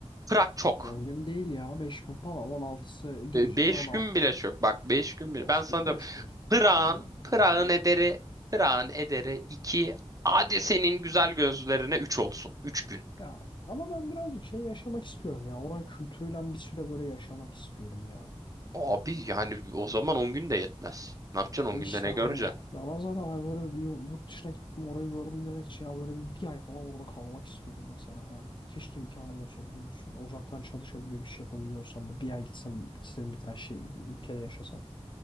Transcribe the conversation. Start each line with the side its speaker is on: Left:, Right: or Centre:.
Right: Prag çok.
Left: 10 gün değil ya. 5 gün falan. 16'sı gireceğiz.
Right: 5
Left: 16.
Right: gün bile çok. Bak 5 gün
Left: 5,
Right: bile. Ben sana
Left: 5
Right: diyorum.
Left: gece.
Right: Prag'ın
Left: Ben diyorum
Right: Prag'ın
Left: 4 gece
Right: ederi
Left: 5 gece.
Right: Prag'ın ederi 2 hadi senin güzel gözlerine 3 olsun. üç gün.
Left: Ya ama ben birazcık şey yaşamak istiyorum ya. Oranın kültürüyle bir süre böyle yaşamak istiyorum ya.
Right: Abi yani o zaman 10 gün de yetmez. Ne yapacaksın
Left: E
Right: on günde
Left: işte
Right: ne
Left: hani
Right: göreceksin?
Left: ya
Right: <laughs>
Left: ben zaten hani böyle bir yu- yurt dışına gittim orayı gördüm demek için ya böyle bir, bir ay falan orada kalmak istiyorum mesela hala. Keşke imkanım olsa biliyor musun? Ya, uzaktan çalışabiliyor bir şey yapabiliyorsam da bir ay gitsem istediğim bir tane şey ülkede yaşasam.